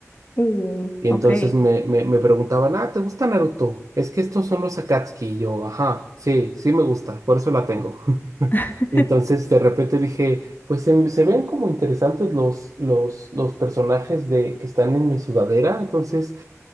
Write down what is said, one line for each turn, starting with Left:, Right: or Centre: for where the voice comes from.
Left: Uh,
Right: Y
Left: ok.
Right: entonces me, me, me preguntaban, ah, ¿te gusta Naruto? Es que estos son los Akatsuki. Y yo, ajá, sí, sí me gusta, por eso la tengo. <laughs>
Left: <laughs>
Right: Y entonces de repente dije, pues se, se ven como interesantes los, los, los personajes de, que están en mi sudadera. Entonces,